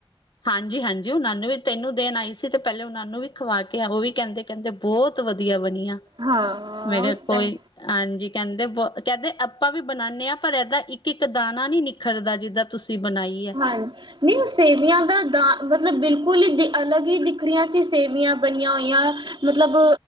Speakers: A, on the left; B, on the right.
A: ਹਾਂਜੀ-ਹਾਂਜੀ, ਉਹਨਾਂ ਨੂੰ ਵੀ ਤੈਨੂੰ ਦੇਨ ਆਈ ਸੀ ਤੇ ਪਹਿਲੇ ਉਹਨਾਂ ਨੂੰ ਵੀ ਖਵਾ ਕੇ ਉਹ ਵੀ ਕਹਿੰਦੇ-ਕਹਿੰਦੇ ਬਹੁਤ ਵਧੀਆ ਵ ਨਿਆ
B: ਹਾਂ
A: ਮੈਂ ਕਿਹਾ
B: ਉਹ ਤੇ
A: ਕੋਈ ਹਾਂਜੀ ਕਹਿੰਦੇ ਬ ਕਹਿੰਦੇ ਆਪਾਂ ਵੀ ਬਣਾਨੇ ਆ ਪਰ ਏਦਾ ਇੱਕ ਇੱਕ ਦਾਣਾ ਨੀ ਨਿਖਰਦਾ, ਜਿੱਦਾਂ ਤੁਸੀਂ ਬਣਾਈ ਹੈ।
B: ਹਾਂਜ ਨੀ ਉਹ ਸੇਵੀਆਂ ਦਾ ਦ ਮਤਲਬ ਬਿਲਕੁਲ ਹੀ ਦੀ ਅਲੱਗ ਹੀ ਦਿਖ ਰਹੀਆ ਸੀ। ਸੇਵੀਆ ਬਣੀਆ ਹੋਈਆ ਮਤਲਬ